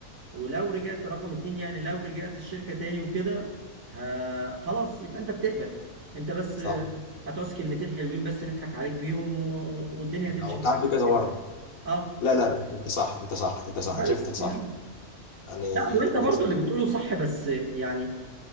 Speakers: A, on the right (about 55°); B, on the left (about 80°).
A: ولو رجعت رقم اتنين يعني لو رجعت الشركة تاني وكده ه- خلاص يبقى انت بتقبل انت بس
B: صح
A: هتعوز كلمتين حلوين بس نضحك عليك بيهم و... والدنيا هتمشي
B: او انت عارف
A: معاك
B: كذا مره
A: اه
B: لا لا لا، انت صح انت صح انت صح
A: بس
B: انا شايف انت
A: يعني
B: صح يعني
A: لا وانت برضو
B: انت صح
A: اللي بتقوله صح بس يعني